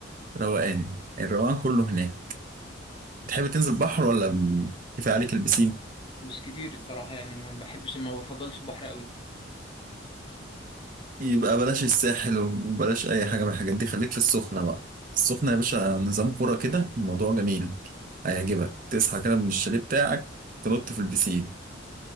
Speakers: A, on the right; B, on the left.
A: روقان الروقان كله هناك بتحب تنزل بحر ولا م- كفايه عليك البسين
B: مش كتير الصراحة يعني ما بحبش ما بفضلش البحر قوي
A: يبقى بلاش الساحل وبلاش اي حاجه من الحاجات دي خليك في السخنه بقى السخنه يا باشا نظام كوره كده الموضوع جميل هيعجبك تصحى كده من الشاليه بتاعك تنط في البسين